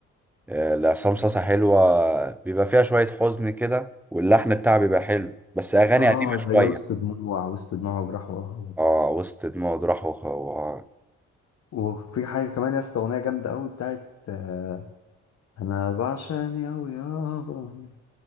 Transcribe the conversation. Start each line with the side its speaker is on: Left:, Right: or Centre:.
Centre: آه، لعصام صاصا حلوه بيبقى فيها شويه حزن كده واللحن بتاعها بيبقى حلو بس اغاني
Left: اه
Centre: قديمه
Left: زي
Centre: شويه
Left: وسط دموع وسط دموع وجراح وقهوة
Centre: اه وسط دموع راح وخ... و-
Left: وفي حاجه كمان يا اسطى اغنيه جامده قوي بتاعت آه، انا بعشقني قوي يابا